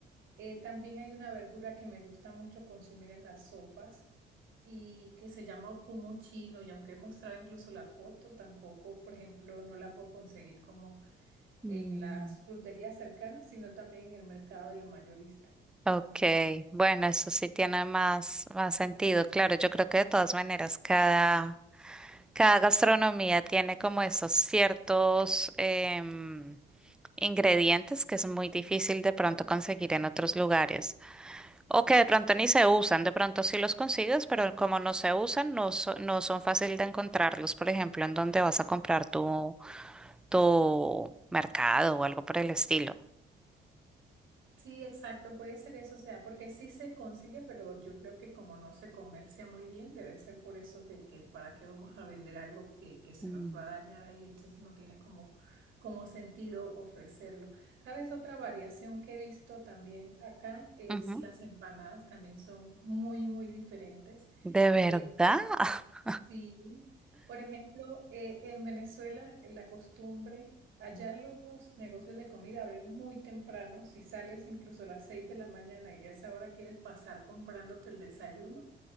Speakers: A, on the right; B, in the centre.
A: Eh, también hay una verdura que me gusta mucho consumir en las sopas y que se llama ocumo chino y aunque he mostrado incluso la foto, tampoco, por ejemplo, no la puedo conseguir como
B: Mm.
A: en las fruterías cercanas, sino también en el mercado de la mayorista.
B: Ok, bueno, eso sí tiene más, más sentido. Claro, yo creo que de todas maneras cada... Cada gastronomía tiene como esos ciertos em, ingredientes que es muy difícil de pronto conseguir en otros lugares o que de pronto ni se usan, de pronto sí los consigues, pero como no se usan, no, so- no son fácil de encontrarlos, por ejemplo, en donde vas a comprar tu, tu mercado o algo por el estilo.
A: Sí, exacto, puede ser eso, o sea, porque sí se consigue, pero yo creo que como no se comercia muy bien, debe ser por eso que, que para qué vamos a vender algo que, que se
B: Mm.
A: nos va a dañar ahí, entonces no tiene como, como sentido ofrecerlo. ¿Sabes? Otra variación que he visto también acá es
B: Ujú.
A: las empanadas, también son muy, muy diferentes.
B: ¿De verdad?
A: Eh,
B: <laughs>
A: Sí, por ejemplo, eh, en Venezuela eh, la costumbre, allá los negocios de comida abren muy temprano, si sales incluso a las 6 de la mañana y a esa hora quieres pasar comprándote el desayuno,